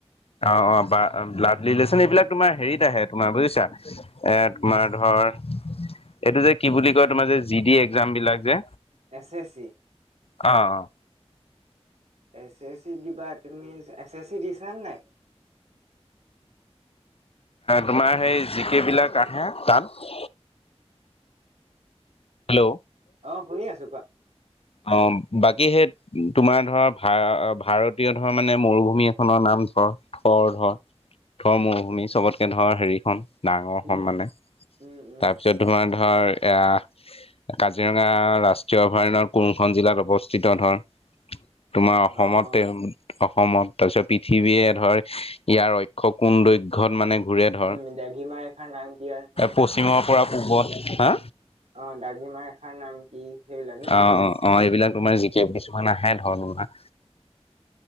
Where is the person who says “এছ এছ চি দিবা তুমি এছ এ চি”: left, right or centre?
Right